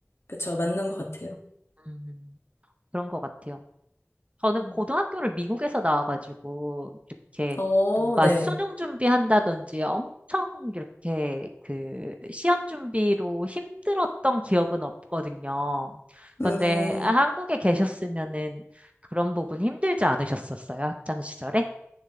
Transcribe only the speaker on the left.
그쵸, 맞는 것 같아요.
음.
어,
네.
음.